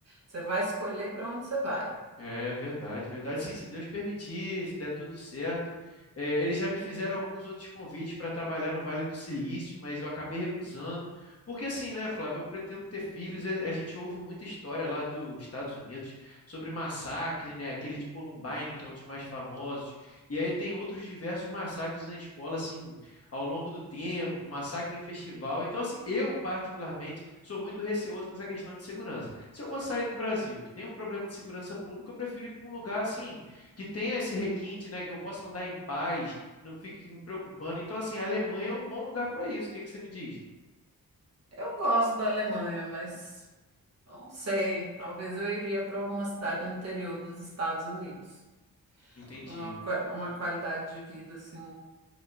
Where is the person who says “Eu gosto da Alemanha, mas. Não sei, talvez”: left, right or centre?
Right